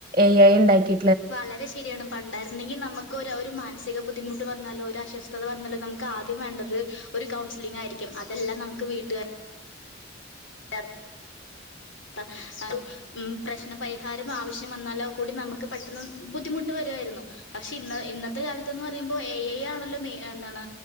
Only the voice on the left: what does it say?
വളരെ ശരിയാണ് പണ്ടായിരുന്നെങ്കിൽ നമു ക്കൊരു ഒരു മാനസിക ബുദ്ധിമുട്ട് വന്നാലോ ഒരു അശ്വസ്ഥത വന്നാലോ നമുക്ക് ആദ്യം വേണ്ടത് ഒരു കൗൺസിലിംഗ് ആയിരിക്കും അതെല്ലാം നമുക്ക് വീട്ടുകാ ഏഹ് <unintelligible> പ്രശ്നപരിഹാരം ആവശ്യം വന്നാലോ കൂടി നമുക്ക് പെട്ടെന്ന് ബുദ്ധിമുട്ട് വര യിരുന്നു പക്ഷെ ഇന്ന ഇന്നത്തെ കാലത്തിന് പറയുമ്പോൾ എ ഐ ആണല്ലോ മെയി ഏഹ് എന്താണ്